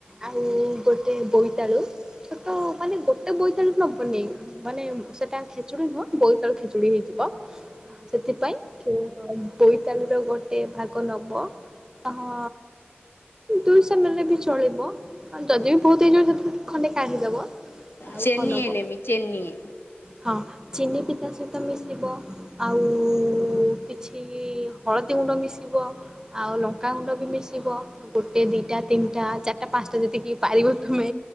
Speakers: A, on the right (about 15°); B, on the left (about 65°).
A: ଆଉ ଗୋଟେ ବୋଇତାଳୁ ଛୋଟ ମାନେ ଗୋଟେ ବୋଇତାଳୁ ନବନି ମାନେ ସେଟା ଖେଚୁଡି ନୁହଁ ବୋଇତାଳୁ ଖେଚୁଡି ହେଇଯିବ। କ ସେଥିପାଇଁ ବୋଇତାଳୁ ର ଗୋଟେ ଭାଗ ନବ। ଆହା ଦୁଇଶହ ନେଲେ ବି ଚଳିବ। ବ ଯଦି ବି ବୋହୁତ ହେଇଯିବ ସେଥିରୁ ଖଣ୍ଡେ କାଢି ଦବ। ଆଉ
B: ଚେନିଏ
A: କଣ ନବ?
B: ନେମି ଚେନିଏ
A: ହଁ ଚିନି ପିତା ସହିତ ମିଶିବ ଆଉ କିଛି ହଳଦୀ ଗୁ ଗୁଣ୍ଡ ମିଶିବ ଆଉ ଲଙ୍କା ଗୁଣ୍ଡା ବି ମିଶିବ ଗୋଟେ ଦିଇଟା ତିନି ଟା ଚାର ଟା ପାଞ୍ଚଟା ଯେତିକି ପାରିବ ତମେ